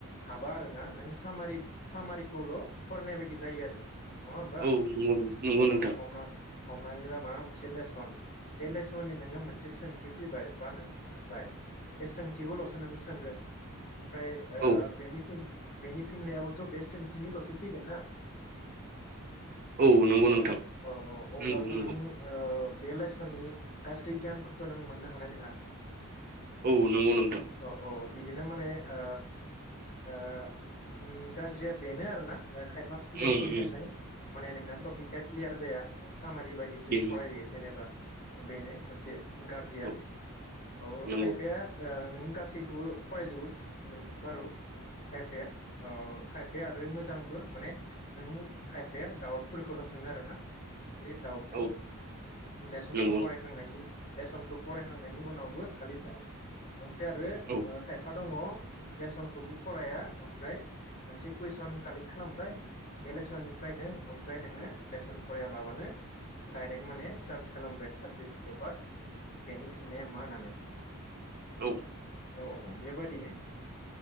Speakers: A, on the left; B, on the right.
A: हाबा आरोना नों सामारि सामारिखौल फरायनाय बायदि जायो आरो। नङा होमबा
B: औ नंगौ नंगौ
A: औ
B: नोंथां।
A: हमना हमनानै ला माबा मोनसे लेसन बे लेसननि नोङो मोनसे सोंथि फैबाय बा नों मोनबाय बे सोंथिखौलसो नों सोंगोन ओमफ्राय ओ
B: औ
A: बेनि फिन बेनि फिननायाबोथ बे सोंथिनिलसो फैगोन ना
B: औ नंगौ
A: नंगोना
B: नोंथां
A: अ औ अब्लाथ
B: नंगौ नंगौ
A: नों ओ ओ बे लेसननि गासै गियानखौथ नों मोननो हानाय नङा
B: औ नंगौ नोंथां।
A: औ औ बिदिनो माने ओ ओ उम गाज्रिया बेनो आरो ना ओ खायफा स्टुदेन्टफोरनि
B: ओं
A: थाखाय।
B: ओं
A: माने नोंना टपिकआ क्लियार जाया सामारि बायदिसो
B: बेनो
A: फरायो जेनेबा बेनो मोनसे गारजिया
B: औ
A: औ
B: नंगौ
A: खायफाया ओ नों गासैखौबो फरायजोबो बारु खायफाया अ खायफाया आरो मोजांबो माने नों खायफाया दाउटफोरखौल सोङो आरो ना खालि डाउट
B: औ
A: लेसनखौ
B: नंगौ
A: फरायखांनायनि लेसनखौ फरायहांनायनि उनावबो खालि डावट ओमफ्राय आरो
B: औ
A: ओ खायफा दङ लेसनखौबो फराया ओमफ्राय मोनसे कुइसन कालेक्ट खालामबाय बे लेसननिफ्रायनो ओमफ्राय नोङो लेसन फरायालाबानो डाइरेक्ट माने सार्च खालामबाय साबजेक एबा बेनि फिननाया मा होननानै
B: औ
A: औ औ औ बेबादिनो